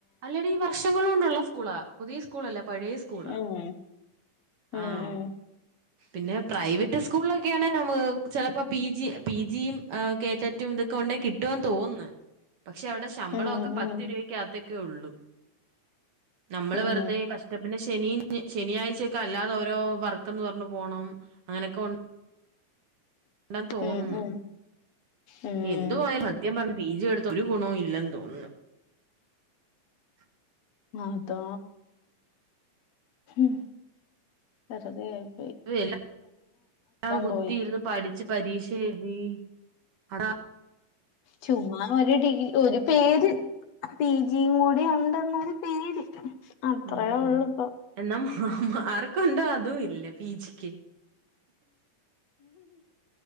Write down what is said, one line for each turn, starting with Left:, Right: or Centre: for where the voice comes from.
Right: അല്ലടി വർഷങ്ങളോണ്ടുള്ള സ്കൂളാ. പുതിയ സ്കൂളല്ല പഴേ സ്കൂളാ
Left: ഉം ഉം
Right: ആഹ്
Left: ഉം
Right: പിന്നെ പ്രൈവറ്റ് സ്കൂളിലൊക്കെയാണെ നമ്മക്. ചിലപ്പൊ..... പീജി, പീജിയും കേട്ടറ്റും ഇതൊക്കെ ഉണ്ടെ കിട്ടുവെന്ന് തോന്ന്ന്ന്. പക്ഷെ അവ്ടെ ശമ്പളൊക്കെ
Left: ഉം ഉം
Right: പത്ത് രൂപക്കകത്തെ വർകെ ഒളളു നമ്മള്
Left: ഉം
Right: വെറ്തേ കഷ്ടം ശനി ശനിയാഴ്ചക്കൊ അല്ലാതെ ഓരോ വർ ക്ന്ന് പറഞ്ഞു പോണം അങ്ങനെയൊകെ ഒ ണ്ടന്ന് തോന്ന്ന്ന്.
Left: ഉം ഉം ഉം
Right: എന്തുവായാലും സത്യം പറ പീജി എടുത്തൊരു ഗുണോ ഇല്ലെന്ന് തോന്ന്ന്ന് ക
Left: അതാ. ഹും.. വെറുതേ ആയി
Right: എല്ലാ കുത്തിയിരിന്ന്
Left: പോയി
Right: പഠിച്ച് പരീക്ഷ എഴുതി അടാ
Left: ചുമ്മാ ഒരു ഡിഗ് ഒരു പേര് പി ജിയും കൂടി ഉണ്ടെന്നൊരു പേര്. അത്രയേ
Right: അത് തന്നെ.
Left: ഒള്ളുപ്പൊ
Right: എന്നാ മാർക്കുണ്ടോ അതും ഇല്ല പി ജിക്ക്